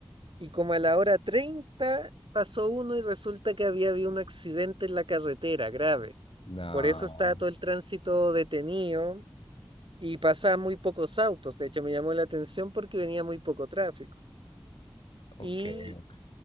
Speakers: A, on the right (about 70°); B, on the left (about 80°).
A: y como a la hora 30 pasó uno y resulta que había habido un accidente en la carretera grave.
B: No,
A: Por eso estaba todo el tránsito detenido y pasaban muy pocos autos. De hecho, me llamó la atención porque venía muy poco tráfico.
B: ok,
A: Y
B: ok.